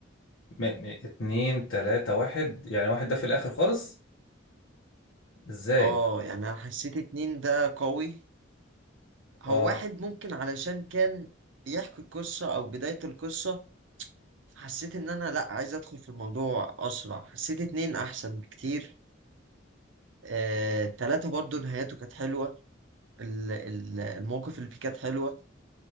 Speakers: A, on the left; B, on the right.
A: من من اتنين تلاته واحد يعني واحد ده في الاخر خالص ازاي
B: اه يعني انا حسيت اتنين ده قوي هو
A: اه
B: واحد ممكن علشان كان بيحكي القصة أو بداية القصة حسيت إن أنا لأ عايز أدخل في الموضوع أسرع حسيت اتنين أحسن بكتير آه، تلاتة برضو نهايته كانت حلوة ال- ال- المواقف اللي فيه كانت حلوة